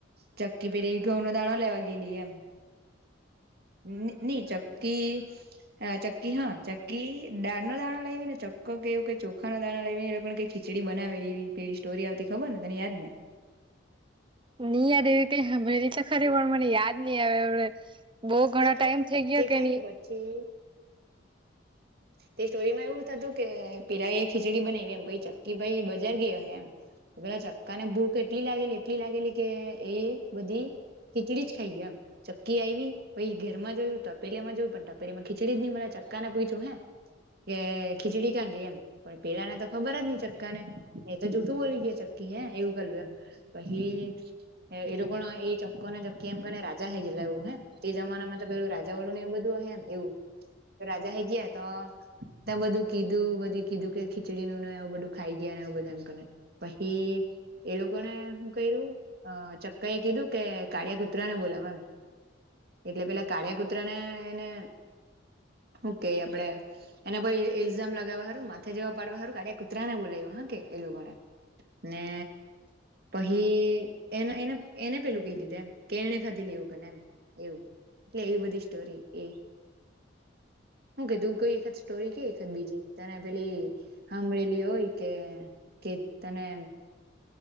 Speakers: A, on the right (about 50°); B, on the right (about 25°).
A: ચક્કી પેટે એ ઘંઉ નો દાણાો લેવા ગયેલી એમ ની ની ચક્કી હા ચક્કી હા ચક્કી દાળ નો દાણા લાવી ને ચક્કો કેવું કે ચોખા નો દાણા લાવીને એ લોકોને કઈ ખીચડી બનાવેલી એવી સ્ટોરી આવતી ખબર ને તને યાદ ને
B: ની યાદ એવી કય સાંભયડી તો ખરી પણ મને યાદ ની આવે અમના બો ઘણો
A: તે
B: ટાઈમ
A: કઈ
B: થઈ ગયો
A: તે
B: કેની
A: કઈ નઈ પછી તે સ્ટોરીમાં એવું થતું કે પેલા એ ખીચડી બનાવી એમ ચક્કી ભાઈ બજાર ગયા હે એમ પેલા ચક્કા ને ભૂખ એટલી લાગેલી એટલી લાગેલી કે એ બધી ખીચડી જ ખાઈ ગીયો એમ ચક્કી આયવી ઘરમાં જોયું તપેલા માં જોયું પણ તપેલીમાં ખીચડી જ ની મડે ચ કાને પૂયછું હે કે ખીચડી કયા ગઈ એમ પણ પેલા ને તો ખબર જ નઈ ચક્કા ને એ તો જૂઠું બોલી ગય ચક્કી હે એવું કરલું એમ પહિ એલોકો એ ચક્કો ને ચક્કી એમ કરને રાજા હે ગેલા એવુ હ તે જમાના માં તો પેલું રાજા વળું ને એવ બધવું હે એવું તો રાજા હે ગીયા તો ત્યાં બધું કીધું બધું કીધું કે ખીચડીનું ને એવું બધું ખાઈ ગયા ને બઘા એમ કરે પછી એ લોકોને હું કર્યું અ ચક્કા એ કીધું કે કાળિયા કુતરાને બોલાવે એમ એટલે પેલા કાળિયા કુતરા ને ઓકે આપડે એના પર ઇઝામ લગાવવા હારુ માથે જેવા પાડવા હારું કાળીયા કુતરા ને બોલાયવો. હાકે એ લોકોને ને પહિ એને એને એને પેલું કહી દીધું એમ કેને ખાતે લેવું કેને એમ એવું એટલે એવી બધી સ્ટોરી એ હું કે તું કોઈ એક સ્ટોરી કે એક બીજી તને પેલી હાંભળેલી હોય કે એક તને